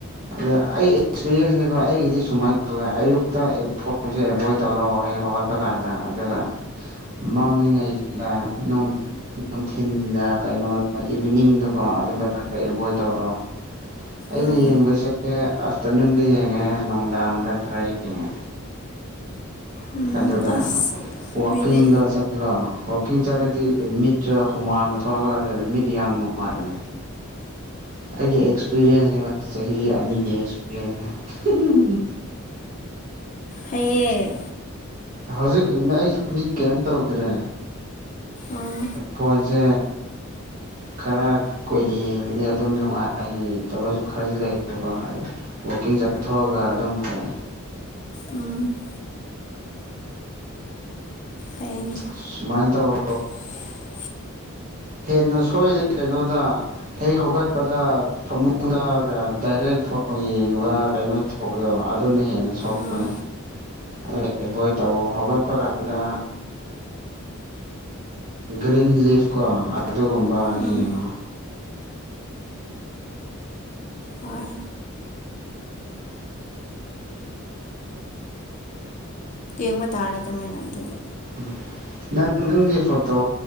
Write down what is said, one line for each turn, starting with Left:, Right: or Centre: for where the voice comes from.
Right: ꯑꯗ ꯑꯩ ꯑꯦꯛꯁꯄꯤꯔꯤꯌꯦꯟꯁꯅꯤꯀꯣ ꯑꯩꯒꯤꯗꯤ ꯁꯨꯃꯥꯏꯅ ꯇꯧ ꯑꯗꯨꯒ ꯑꯌꯨꯛꯇ ꯐꯣꯟꯁꯦ ꯑꯦꯕꯣꯏꯗ ꯇꯧꯔꯣ ꯍꯦꯛ ꯍꯧꯒꯠꯄ ꯀꯥꯟꯗ ꯑꯗꯨꯒ ꯃꯝꯂꯤꯉꯩꯒꯤꯗ ꯅꯨꯡꯊꯤꯤꯟꯗ ꯀꯩꯅꯣ ꯏꯚꯤꯅꯤꯡꯗꯨꯀꯣ ꯑꯗꯨꯗ ꯈꯔ ꯑꯦꯚꯣꯏꯠ ꯇꯧꯔꯣ ꯑꯩꯅ
Left: ꯎꯝ
Right: ꯌꯦꯡꯕꯁꯦ ꯑꯥꯐꯇꯔꯅꯨꯟꯗ ꯌꯦꯡꯉꯦ ꯅꯨꯡꯗꯥꯡꯗ ꯈꯔ ꯌꯦꯡꯉꯦ
Left: ꯎꯝ
Right: ꯑꯗꯨꯒ
Left: ꯑꯁ
Right: ꯋꯥꯋꯀꯤꯡꯗꯣ
Left: ꯃꯤꯗꯤ
Right: ꯍꯜꯂꯣ ꯋꯥꯛꯀꯤꯡ ꯆꯠꯂꯗꯤ ꯃꯤꯠꯁꯨ ꯍꯨꯃꯥꯡꯗ ꯊꯣꯛꯑꯀꯗ ꯃꯤꯠ ꯌꯥꯝ ꯅꯨꯡꯉꯥꯏꯕꯅꯦ
Left: ꯍ
Right: ꯑꯩꯒꯤ ꯑꯦꯛꯁꯄꯤꯔꯤꯌꯦꯟꯁ ꯍꯥꯏꯕ ꯆꯍꯤ ꯑꯅꯤꯒꯤ ꯑꯦꯛꯁꯄꯤꯔꯤꯌꯦꯟꯁꯅꯦ
Left: ꯍꯥꯏꯌꯦ
Right: ꯍꯧꯖꯤꯛ ꯑꯩꯁꯨꯦ ꯃꯤꯠ ꯀꯩꯝ ꯇꯧꯗ꯭ꯔꯦ
Left: ꯎꯝ
Right: ꯐꯣꯟꯁꯦ ꯈꯔ ꯀꯨꯏꯅ ꯌꯦꯡꯉꯗꯤ ꯑꯗꯨꯝ ꯅꯨꯡꯉꯥꯏꯇꯕꯁꯨ ꯈꯔꯁꯨ ꯂꯩꯌꯦꯕꯀꯣ ꯍꯥꯏꯗꯤ ꯋꯥꯛꯀꯤꯡ ꯆꯊꯣꯛꯑꯒ ꯑꯗꯨꯝ ꯐꯩ
Left: ꯎꯝ ꯍꯥꯏꯅꯦ
Right: ꯁꯨꯃꯥꯏꯟ ꯇꯔ
Left: ꯃ ꯇ ꯑꯣꯏꯠꯇ
Right: ꯍꯦꯟꯅ ꯁꯣꯏꯔꯦ ꯀꯩꯅꯣꯗ ꯍꯦꯛ ꯍꯧꯒꯠꯄꯗ ꯐꯃꯨꯡꯗ ꯗꯥꯏꯔꯦꯛ ꯐꯣꯟ ꯌꯦꯡꯕ ꯀꯩꯅꯣ ꯇꯧꯕꯗꯣ ꯑꯗꯨꯅ ꯍꯦꯟꯅ ꯁꯣꯛꯄꯅꯦ
Left: ꯎꯝ
Right: ꯑꯗꯩ ꯑꯦꯕꯣꯏ ꯇꯧ ꯍꯧꯒꯠꯄ ꯀꯥꯟꯗ ꯒ꯭ꯔꯤꯟ ꯂꯤꯐ ꯀꯣ ꯑꯗꯨꯒꯨꯝꯕ
Left: ꯎꯝ
Right: ꯌꯦꯡꯉꯣ
Left: ꯍꯣꯏ ꯌꯦꯡꯕ ꯇꯥꯔꯦ ꯑꯗꯨꯃꯥꯏꯅ ꯑꯗꯨꯗꯤ
Right: ꯎꯝ ꯅꯪ ꯅꯪꯒꯤ ꯐꯣꯇꯣ